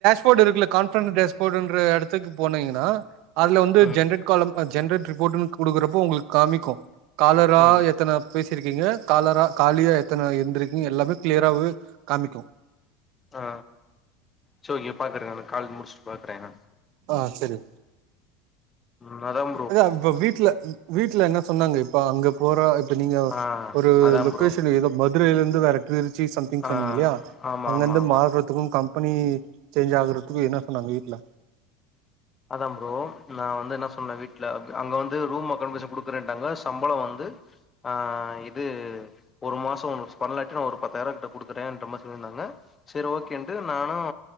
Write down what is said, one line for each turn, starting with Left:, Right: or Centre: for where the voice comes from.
Right: கோட் இருக்கு கான்பன்ஸ் டெஸ்ப்ட்ன்ற எடத்துக்கு போனீங்கன்னா அதுல வந்து
Left: ம்
Right: ஜென்ரட் காலம் அ ஜென்ரட் இ போட்டுன்னு குடுக்கறப்போ உங்களுக்கு காமிக்கும் காலரா
Left: ம்
Right: எத்தன பேசிருக்கீங்க காலரா காலியா எத்தனை எந்திருக்கீங்க எல்லாமே கிளியராவே காமிக்கு
Left: ஆ சோ ஒங்க பாக்குறேன் நான் காலு முடிச்சுட்டு பாக்குறேன் நான்
Right: ஆ செரி
Left: நலம்
Right: ஏ இப்ப வீட்ல வீட்ல என்ன சொன்னாங்க இப்ப அங்க போற இப்ப நீங்க
Left: ஆ
Right: ஒரு
Left: அதா
Right: லொகேஷன்
Left: ப்ரோ
Right: ஏதோ மதுரையில இருந்து வேற திருச்சி சம்திங் சொன்னீங்க
Left: ஆ
Right: இல்லையா
Left: ஆமா
Right: அங்கிருந்து
Left: ஆமா ஆமா
Right: மாறத் த்து கம்பெனி சேஞ்ச் ஆகுறதுக்கும் என்ன சொன்னாங்க வீட்ல
Left: அதா ப்ரோ நா வந்து என்ன சொன்னேன் வீட்ல அங்க வந்து ரூம் அக்கானபசன் குடுக்கறேன்ட்டாங்க சம்பளம் வந்து ஆ இது ஒரு மாசம் ஒ பண்ணலாட்டி நா ஒரு பத்தாயிரம் கிட்ட குடுத்துத்தேன்ற மாரி சொல்லிருந்தாங்க சேரி ஓகேன்ட்டு நானும்